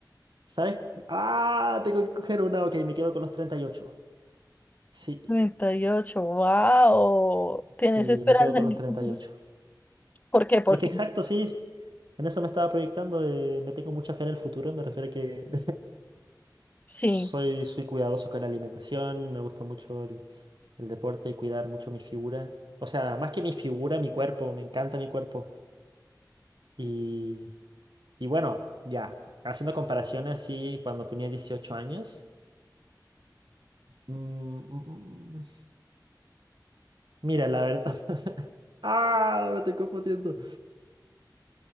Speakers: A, on the right (about 85°); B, on the left (about 25°).
A: ¿sabes? Ah, tengo que coger una, ok, me quedo con los treinta y ocho Sí,
B: 38. wow. ¿Tienes
A: sí,
B: esperanza
A: me quedo con
B: en
A: los
B: el
A: treinta
B: futuro?
A: y ocho
B: ¿Por qué? ¿Por
A: Es que
B: qué?
A: exacto, sí. En eso me estaba proyectando. eh, me tengo mucha fe en el futuro. Me refiero a que <laughs>
B: Sí.
A: soy, soy cuidadoso con la alimentación. Me gusta mucho el, el deporte y cuidar mucho mi figura. O sea, más que mi figura, mi cuerpo. Me encanta mi cuerpo. Y, y bueno, ya. Haciendo comparaciones así, cuando tenía 18 años. mm, mm, mm, mira, la verdad. <laughs> ¡Ah! Me estoy confundiendo.